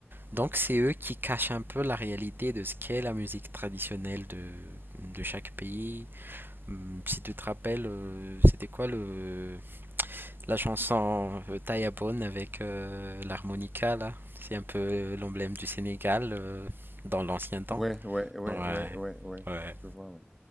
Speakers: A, on the right; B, in the centre.
A: Donc c'est eux qui cachent un peu la réalité de ce qu'est la musique traditionnelle de, de chaque pays. Hum, Si tu te rappelles, euh, c'était quoi le la chanson euh, Tayabone avec euh, l'harmonica, là, c'est un peu euh, l'emblème du Sénégal euh, dans l'ancien temps.
B: Ouais, ouais, ouais,
A: Ouais,
B: ouais, ouais, ouais.
A: ouais,
B: Je vois, ouais.